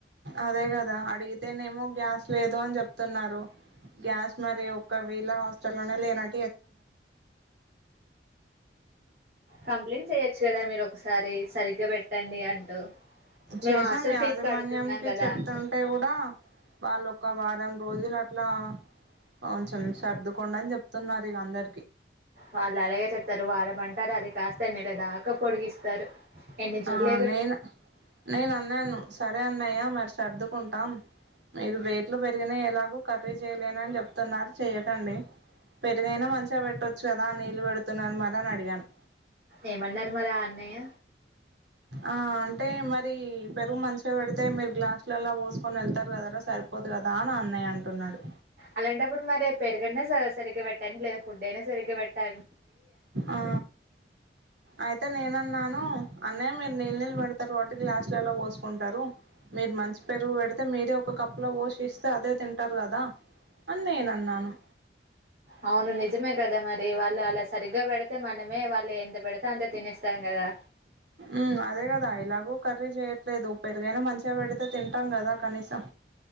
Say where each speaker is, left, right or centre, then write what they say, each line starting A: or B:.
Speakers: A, on the right (about 80°); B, on the right (about 55°).
A: అదే కదా అడిగితేనేమో గ్యాస్ట్ లేదు అని చెప్తున్నారు గ్యాస్ మరి ఒక వీళ హాస్టల్ లోనే లేనట్
B: కంప్లైంట్ చెయొచ్చు కదా మీరు ఒకసారి సరిగ్గా పెట్టండి అంటూ మేము
A: చేసాం
B: హాస్టల్
A: యాజమాన్యా
B: ఫీజు కడుతున్నాం
A: క
B: కదా
A: చెప్తుంటే
B: అంటూ
A: కూడా వాళ్ళొ ఒక వారం రోజులు లా <unintelligible> డని చెప్తున్నారు ఇక అందరి
B: వాళ్ళు అలాగే చెప్తారు వాారమంటారు అది కాస్త దన్నిల దాకా పొడిగిస్తారు ఎన్ని చూడలేదు
A: ఆ నేను నేను అన్నాను సరే అన్నయా మర్చ సర్దుకుంటాం మీరు రేట్లు పెరిగినా ఎలాగో కర్రీ చేయలేన అని చెప్తున్నారు చెయ్యకండి పెరిగైనా మంచిగా పెట్టొచ్చు కదా నీళ్ళు పెడుతున్నారు మర అని అడిగాను
B: ఏమన్నారు మరి అన్నయ్య
A: ఆ అంటే మరీ పెరుగు మంచిగా పెడితే మీరు గ్లాసులలా పోసుకొని వెళ్తారు కదరా సరిపోదు కదా అని అన్నయ్య అంటున్నాడు
B: అలాంటప్పుడు మరి పేరు గన్నా సరిగ్గా పెట్ట పె లే ఫుడ్ అనా సరి పెట్టాల
A: ఆ అయితే నేన్నాను అన్నయ్య మీరు నీళ్ళు నీళ్ళు పెడతారుబట్టి గ్లాసులలో పోసుకుంటారు మీరు మంచి పెరుగు పెడితే మీరే ఒక కప్లో పోసిస్తే అదే తింటారు కదా అని నేను అన్నాను
B: అవును నిజమీ కద మరి వాళ్ళు అలా సరిగ్గా పెడ ఇత మనమే వాళ్ళ ఎంత పెడతా అంత తినేస్తాం గదా
A: ఉమ్ అదే గదా ఎలాగో కర్రీ చేయట్లేదు ఉ పెరుగైనా మంచి ఇంత పెడితే తింటాం గదా కనీసం